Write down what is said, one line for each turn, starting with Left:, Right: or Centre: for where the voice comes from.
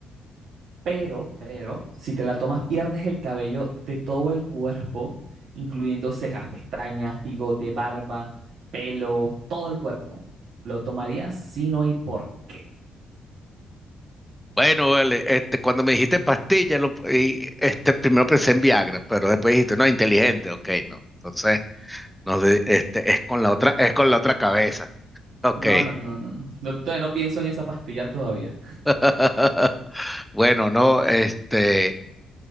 Right: pero, pero, si te la tomas, pierdes el cabello de todo el cuerpo, incluyendo cejas, pestañas, bigote, barba, pelo, todo el cuerpo. ¿Lo tomarías? Si no, ¿y por qué?
Centre: Bueno, vale, este, cuando me dijiste pastilla, lo- y, este, primero pensé en Viagra, pero después dijiste, no, inteligente, ok, no. Entonces. No sé, este, es con la otra, es con la otra cabeza. Ok.
Right: No, no, no, no, no. No, todavía no pienso en esa pastilla todavía.
Centre: <laughs> Bueno, no, este,